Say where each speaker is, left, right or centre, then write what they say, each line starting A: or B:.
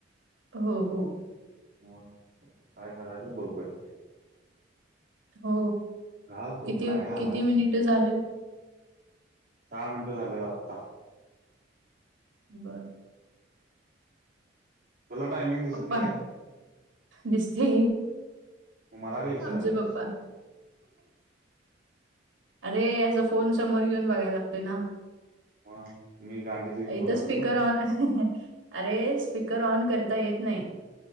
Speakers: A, on the right; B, on the right.
A: हो हो
B: हो काय करायचं बघवायच
A: हो
B: घाल तू
A: किती
B: काय घालाय
A: किती मिनिट झालं
B: सहा मिनटं झालेत आत्ता
A: बरं
B: तुला टायमिंग दिसत
A: पप्पा
B: नाही काय
A: दिसते
B: मग मला काय विचाराल्यास
A: आमचे पप्पा अरे असं फोन समोर घेऊन बघायला लागतोय ना
B: मग मी गांडीच घेऊन
A: इथं
B: बघालोय
A: स्पीकर
B: मग
A: ऑन अरे स्पीकर ऑन करता येत नाही